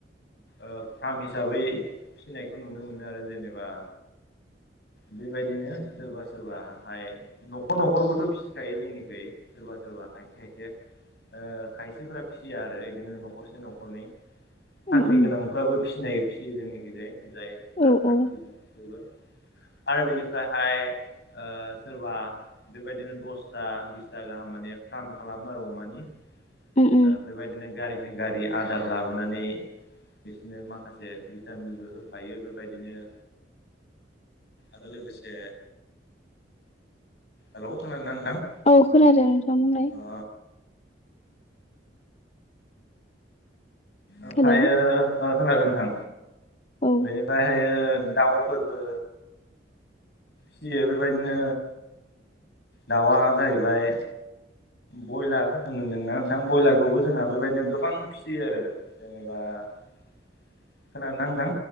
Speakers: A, on the left (about 60°); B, on the left (about 35°).
A: ओ फार्म हिसाबै फिनायखौ नुनो मोनो आरो जेनेबा बेबायदिनो सोरबा सोरब हाय न'खर न'खरबोथ' फिसिखायो जोंनिखयै सोरबा सोरबा खायसे खायसे ओ खायसेफोरा फिसिया आरो बिदिनो न'खरसे न'खरनै
B: उम
A: साख्रि
B: उम
A: गोनां नफ्राबो फिसिनायो फिसियो जोंनि गेजेर जायफ्रा
B: औ
A: साख्रि
B: औ
A: बाख्रिफोरबो आरो बेनिफ्रायहाय ओ सोरबा बेबायदिनो दसथा बिसथा गाहाम माने फार्म खालामो आरो अमानि
B: उम
A: दा
B: उम
A: बेबायदिनो गारिजों गारि आदार लाबोनानै बिसोरनो माखासे भिटामिनबो होफायो बेबायदिनो आरो लोगोसे हेल' खोनादोंना नोंथां?
B: औ खोनादों नोंथां बुंलाय
A: ओ ओमफायो
B: हेलौ
A: ओ खोनादों नोंथां
B: औ
A: बेनिफ्रायहायो दाउफोरबो फियो बेबायदिनो दाउआ जाहैबाय ब्रयलार होनदोंना नोंथां ब्रयलारखौबो जोंहा बेबायदिनो गोबां फियो आरो जेनेबा खोनादोंना नोंथां?